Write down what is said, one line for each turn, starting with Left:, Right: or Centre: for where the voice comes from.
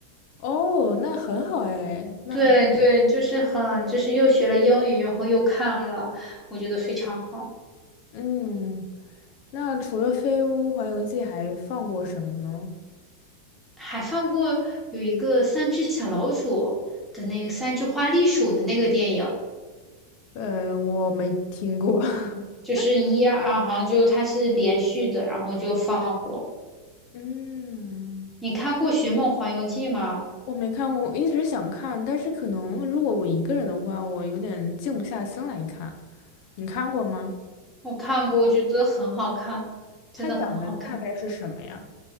Left: 哦，那很好哎，那很，
Centre: 对对，就是很，就是又学了英语，然后又看了，我觉得非常好。
Left: 嗯，那除了《飞屋环游记》还放过什么呢？
Centre: 还放过有一个三只小老鼠的那个三只花栗鼠的那个电影，
Left: 呃，我没听过。<laughs>
Centre: 就是一二，啊好像就它是连续的，然后就放过。
Left: 嗯，
Centre: 你看过《寻梦环游记》吗？
Left: 我没看过，我一直想看，但是可能如果我一个人的话，我有点静不下心来看。你看过吗？
Centre: 我看过，我觉得很好看，真的很好看。
Left: 他讲的大概是什么呀？